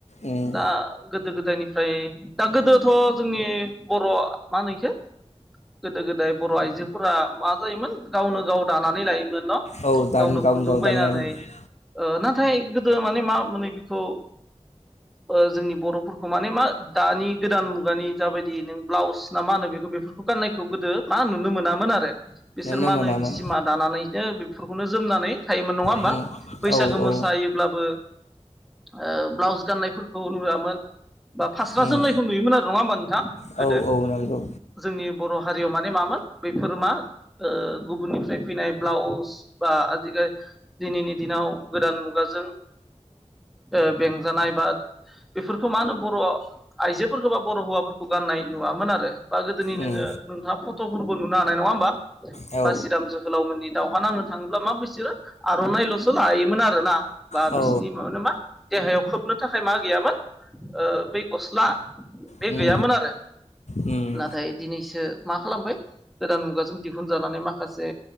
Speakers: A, on the left (about 75°); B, in the centre.
A: उम
B: दा गोदो गोदायनिफ्राय दा गोदोथ' जोंनि बर' मा होनो इखो गोदो गोदाय बर' आइजोफोरा मा जायोमोन गावनो गाव दानानै लायो मोन न'
A: औ दानि
B: गावनो खुन्दुं
A: गाव
B: बायनानै
A: दानो लायोमोन
B: ओ नाथाय गोदो माने मा मोनो बेखौ ओ जोंनि बर'फोरखौ माने मा दानि गोदान मुगानि जाबायदि नों ब्लाउस ना मा होनो बे बेफोरखौ गाननायखौ गोदो मा नुनो मोनामोन आरो। बिसोर
A: नो
B: मा
A: मोनामोन
B: होनो हिसिमा दानानैनो बेफोरखौनो जोमनानै थायोमोन नङा होमबा?
A: उम
B: बैसागो
A: औ औ
B: मोसायोब्लाबो ओ ब्लाउस गाननायफोरखौ नुवामोन। बा फास्रा
A: उम
B: जोमनायखौ नुयोमोन आरो नङा होमबा नोंथां
A: औ
B: गोदो।
A: औ नंगौ
B: जोंनि बर' हारियाव माने मामोन बेफोर मा ओ गुबुननिफ्राय फैनाय ब्लाउस बा आजिखा दिनैनि दिनाव गोदान मुगाजों ओ बेंजानाय बा बेफोरखौ मा होनो बर' आइजोफोरखौ बा बर' हौवाफोरखौ गाननाय नुवामोन आरो बा गोदोनि
A: उम
B: नोङो नोंथाङा फट'फोरबो नुनो हानाय नङा होमबा
A: औ
B: बासिराम जोहोलाव मोननि दावहा नांनो थाङोब्ला मा बिसोरो आर'नाइल'सो लायो मोन आरोना बा
A: औ
B: बिसिनि माबा मा देहायाव खोबनो थाखाय मा गैयामोन ओ बै गस्ला बे
A: उम उम
B: गैयामोन आरो
A: उम
B: नाथाय दिनैसो मा खालामबाय गोदान मुगाजों दिहुनजानानै माखासे